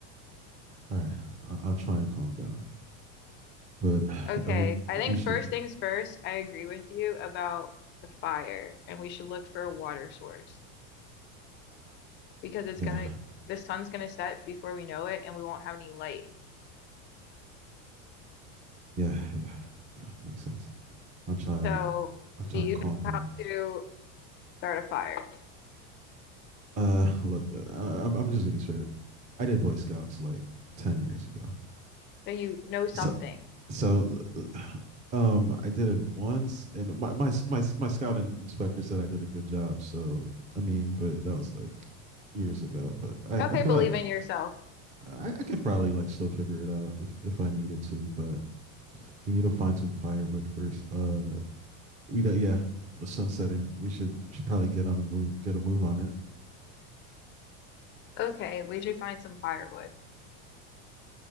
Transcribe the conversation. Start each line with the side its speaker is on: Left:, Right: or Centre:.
Right: all right. I- I'll try and calm down. But <sighs> at
Left: Okay,
Right: least
Left: I think
Right: we should.
Left: first things first, I agree with you about the fire, and we should look for a water source because it's
Right: Yeah,
Left: gonna, the sun's gonna set before we know it, and we won't have any light.
Right: yeah, yeah, yeah. Makes sense. I'll try.
Left: So,
Right: I'll try
Left: do you
Right: and calm down.
Left: know how to start a fire?
Right: Uh, look, uh, I'm I'm just gonna be straight up. I did Boy Scouts like ten years ago.
Left: So you know something.
Right: So so um i did it once and my my my, my scout in- inspector said i did a good job so i mean but that was like years ago but i
Left: Okay,
Right: i feel
Left: believe
Right: like
Left: in yourself.
Right: i, I could probably like still figure it out if if i needed to but we need to find some firewood first uh we do, yeah the sun setting we should should probably get on a move get a move on it
Left: Okay, we should find some firewood.